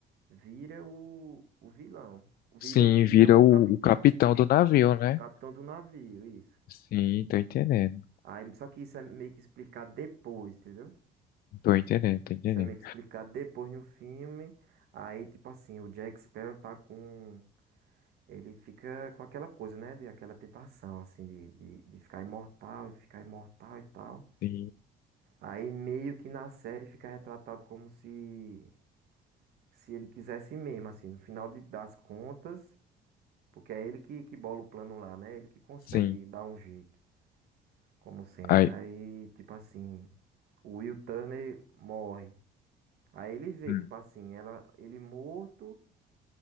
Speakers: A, on the right; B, on the left.
A: vira o, o vilão, vira,
B: Sim,
A: vira
B: vira
A: o
B: o,
A: capitão,
B: o capitão do navio, né?
A: o capitão do navio, isso.
B: Sim, tô entendendo.
A: Aí, só que isso é meio que explicado depois, entendeu?
B: Tô entendendo, tô entendendo.
A: Isso é meio que explicado depois no filme. Aí, tipo assim, o Jack Sparrow tá com. Ele fica com aquela coisa, né? De aquela tentação, assim, de, de, de ficar imortal e ficar imortal e tal.
B: Sim,
A: Aí meio que na série fica retratado como se se ele quisesse mesmo, assim, no final de- das contas, porque é ele que, que bola o plano lá, né? Ele que consegue
B: sim.
A: dar um jeito, como sempre.
B: Aí.
A: Aí, tipo assim, o Will Turner morre. Aí ele vê,
B: hum.
A: tipo assim, ela, ele morto,